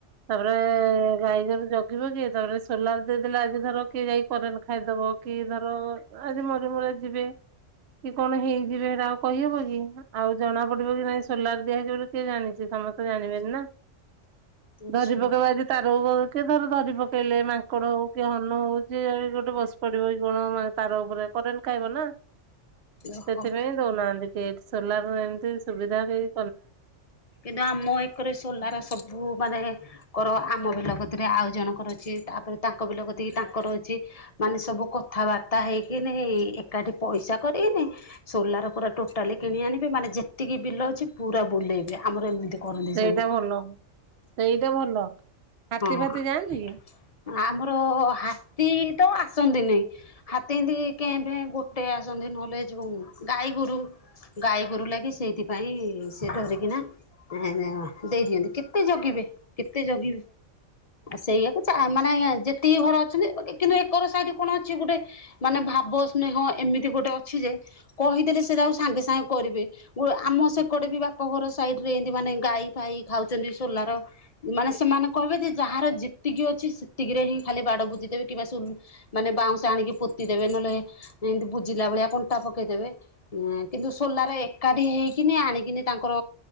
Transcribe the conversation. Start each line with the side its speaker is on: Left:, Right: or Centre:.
Right: ତାପରେ ଗାଈଗୋରୁ ଜଗିବ କିଏ ତାପରେ ସୋଲାର ଦେଇଦେଲେ ଆଜି ଧର କିଏ ଯାଇକ୍ କରେଟ୍ ଖାଇଦବ କି ଧର ଆଜି ମରି ମୁରା ଯିବେ। କି କଣ ହେଇଯିବେ। ସେଇଟା ଆଉ କହିହବ କି ଆଉ ଜଣା ପଡିବ କି ନାଇଁ ସୋଲାର ଦିଆ ହେଇଯିବ କିଏ ଜାଣିଚି ସମସ୍ତେ ଜାଣିବେନି ନା
Left: ଆଛା
Right: ଧରି ପକେଇବା ଆଜି ତାରକୁ କେଏ ଥର ଧରି ପକେଇଲେ ମାଙ୍କଡ ହଉ କି ହନୁ ହଉ ଯ ଗୋଟେ ବସି ପଡିବ କଣ ତାର ଉପରେ କରେଟ୍ ଖାଇବ ନା
Left: ଓହୋ
Right: ସେଥିପାଇଁ ଦୋଉନାହାନ୍ତି କେ ସୋଲାର ଏମିତି ସୁବିଧା କେହୀ
Left: କିନ୍ତୁ ଆମ ଏକରେ ସୋଲାର ସବୁ ମାନେ କର ଆମ ବିଲ କତିରେ ଆଉ ଜଣଙ୍କର ଅଛି। ତାପରେ ତାଙ୍କ ବିଲଗତିକି ତାଙ୍କର ଅଛି। ମାନେ ସବୁ କଥାବାର୍ତ୍ତା ତା ହେଇକି ଏକାଠି ପଇସା କରିକିନି ସୋଲାର ପରା ଟୋଟାଲି କି ଆଣିବେ ମାନେ ଯେତ କି ବିଲ ଅଛି ପୁରା ବୁଲେଇବେ ଆମର ଏମିତି କରନ୍ତି
Right: ସେଇଟା
Left: ସବୁ।
Right: ଭଲ ସେଇଟା ଭଲ। ହାତୀ
Left: ହଁ
Right: ଫାତି ଯାଆନ୍ତି କି?
Left: ଆମର ହାତୀ ତ ଆ ଆସନ୍ତିନି ହାତୀ ଏନ୍ତି କେ ଭେ ଗୋଟେ ଆସନ୍ତି ନହେଲେ ଯୋଉ ଗାଈ ଗୋରୁ ଗାଈ ଗୋରୁ ଲାଗି ସେଇଥିପାଇଁ ସେ ଧରିକିନା ଦେଇଦିଅନ୍ତି କେତେ କେତେ ଜଗିବେ କେତେ ଜଗିବେ।
Right: <inaudible>
Left: ଆ ସେଇଆାକୁ ମାନେ ଯେତିକି ଘର ଅଛନ୍ତି। ବାକି କିନ୍ତୁ ଏକର ସାଇଡ କଣ ଅଛି ଗୋଟେ ମାନେ ଭାବ ସ୍ନେହ ଏମିତି ଗୋଟେ ଅଛି ଯେ କହିଦେଲେ ସେଟା ଆଉ ସାଙ୍ଗେ ସାଙ୍ଗେ କରିବେ ଆମ ସେ କଡେ ବି ବାପ ଘର ସାଇଡ ରେ ଏମତି ମାନେ ଗାଈ ଫାଇ ଖାଉଛନ୍ତି ସୋଲାର ମାନେ ସେମାନେ କହିବେ ଯେ ଯାହାର ଯେତିକି ଅଛି ସେତିକିରେ ହିଁ ଖାଲି ବାଡ ବୁଝିଦେବେ କିବା ମାନେ ବାଉଁଶ ଆଣିକି ପୋତି ଦେବେ ନହେଲେ ଏମତି ଜିଲା ଭଳିଆ କଣ୍ଟା ପକେଇଦେବେ କିନ୍ତୁ ସୋଲାର ଏକାଠି ହେଇକିନି ଆଣିକିନି ତାଙ୍କର